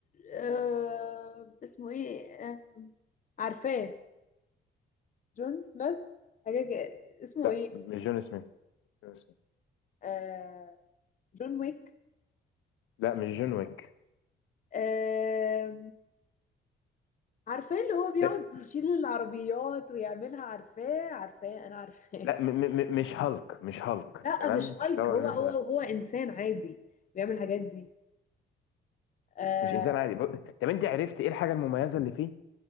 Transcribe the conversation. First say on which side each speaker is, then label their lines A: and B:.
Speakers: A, on the left (about 40°); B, on the left (about 85°).
A: آه اسمه ايه آه عارفاه جون سميث حاجة كده- اسمه
B: لا
A: ايه
B: مش مش جون سميث مش جون سميث
A: آه جون ويك
B: لا مش جون ويك
A: آه عارفاه اللي هو بيقعد
B: لا,
A: يشيل العربيات ويعملها عارفاه عارفاه انا عارفاه
B: لا م... م... م- مش هالك مش هالك
A: <laughs> لا
B: تمام
A: مش
B: مش
A: هالك
B: اللي هو
A: هو
B: مثلا
A: هو هو انسان عادي بيعمل الحاجات دي آه
B: مش انسان عادي ب... طب انت عرفت ايه الحاجة المميزة اللي فيه